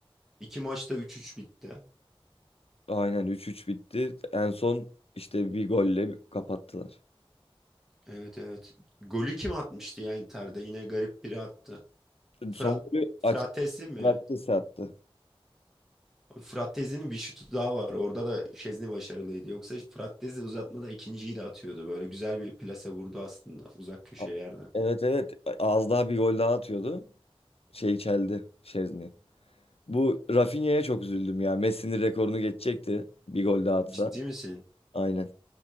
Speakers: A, in the centre; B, on the left.
A: İki maçta üç üç bitti.
B: Aynen 3-3 bitti. En son işte bir golle kapattılar.
A: Evet evet. Golü kim atmıştı ya Inter'de? Yine garip biri attı. Frat
B: Son golü aç
A: Fratesi mi?
B: Fratkesi attı.
A: Fratesi'nin bir şutu daha var. Orada da Şezni başarılıydı. Yoksa Fratesi uzatmada ikinciyi de atıyordu. Böyle güzel bir plase vurdu aslında uzak köşe
B: A-
A: yerden.
B: Evet evet az daha bir gol daha atıyordu. Şey çeldi Şezni. Bu Rafinha'ya çok üzüldüm ya. Messi'nin rekorunu geçecekti bir gol daha atsa.
A: Ciddi misin?
B: Aynen.